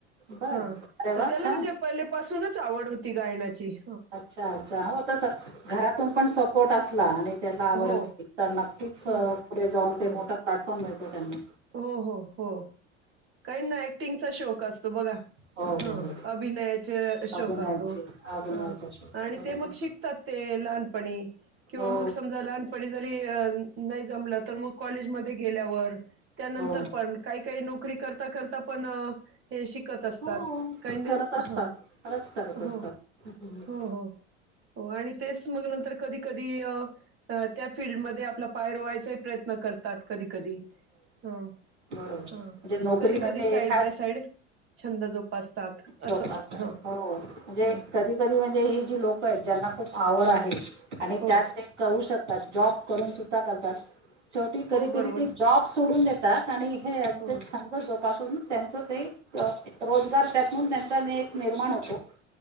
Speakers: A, on the right; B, on the right.
A: बर
B: हा
A: अरे
B: तर
A: वा
B: त्याला
A: छान
B: म्हणजे पहिले पाासूनच आवड होती गायण्याची
A: अच्छा अच्छा हो तस घरातून पण सपोर्ट असला आणि त्याला आवड
B: हो
A: असली तर तीच
B: हो
A: पुढे जाऊन
B: हो
A: ते मोठा प्लॅटफॉर्म मिळतो त्यांना
B: हो हो हो काही ना ऍक्टिंगचा शोक असतो बघा
A: हो हो
B: हा
A: हो
B: अभिनयाचा शोक
A: अभिनयाची
B: असतो
A: अभिनयाचा
B: ह
A: शोध
B: आणि
A: बरोबर
B: ते मग शिकतात ते लहानपणी किंवा
A: हो
B: मग समजा लहानपणी जरी अ नाही जमलं तर मग कॉलेजमध्ये गेल्यावर त्यानंतर
A: हो
B: पण काही काही नोकरी कर करता पण हे शिकत असतात
A: हो
B: काही न
A: करत असतात
B: ह
A: खरंच करत
B: हो
A: असतात.
B: हो हो हो आणि तेच मग नंतर कधी कधी त्या फिल्डमध्ये आपला पाय रोवायचा प्रयत्न करतात कधी कधी हो
A: बरोबर म्हणजे
B: हा
A: नोकरी
B: कधी
A: म्हणजे
B: कधी साईड
A: एखाद
B: बाय साईड छंद जोपासतात
A: जोपासतात
B: असं ह
A: हो हो जे
B: ह
A: कधी कधी म्हणजे ही जी लोक आहेत ज्यांना खूप आवड आहे आणि
B: हो
A: त्यात ते करू शकतात जॉब करून सुद्धा करतात शेवटी कधी
B: हो बरोबर
A: कधी ते जॉब्स सोडून देतात आणि हे
B: हो
A: जे छंद जोपासून त्यांच ते रोजगार त्या म्ह त्यांचा मी एक निर्माण होतो